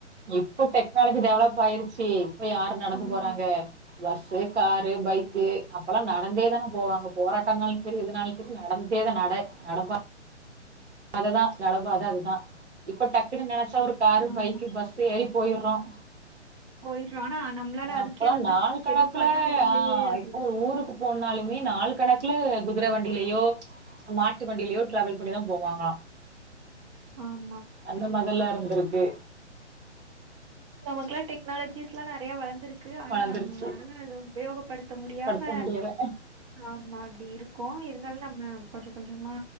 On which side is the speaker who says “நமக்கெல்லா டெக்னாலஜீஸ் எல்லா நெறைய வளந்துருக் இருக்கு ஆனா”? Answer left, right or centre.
Right